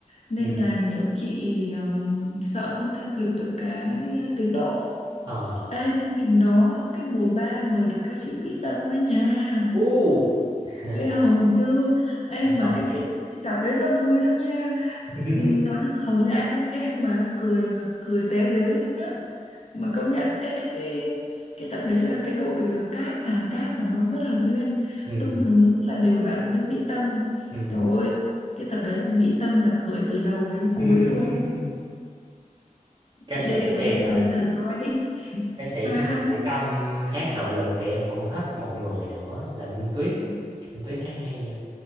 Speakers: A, on the left; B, on the right.
A: nên
B: Ừ.
A: là nhiều chị ừm, sợ không theo kịp được cái tiến độ
B: Ờ.
A: Ê, chương trình đó cái mùa 3 mời được ca sĩ Mỹ Tâm đó nha
B: Uh. <laughs>
A: ghê hồn chưa em
B: Thật
A: mà
B: lâu
A: cái
B: vậy.
A: cái cái tập đấy nó vui lắm nha
B: <laughs>
A: Ừ, nói chung là hầu như ai cũng khen mà cười là cười té ghế luôn á mà công nhận cái cái cái cái tập đấy là cái đội cát hàng cát là nó rất là duyên
B: Ừ.
A: tung hứng rất là đều đặn với Mỹ Tâm
B: Ừ.
A: trời ơi cái tập đấy là Mỹ Tâm là cười từ đầu đến
B: <laughs>
A: cuối luôn á
B: Ca
A: chị
B: sĩ
A: đề cử
B: thì
A: em
B: ờ,
A: là thử coi đi
B: ca sĩ
A: hay
B: thì ngoài
A: hay
B: Mỹ
A: lắm
B: Tâm hát nội lực thì em cũng hấp một người nữa là Minh Tuyết.
A: Ừ.
B: Chị Minh Tuyết hát hay nha.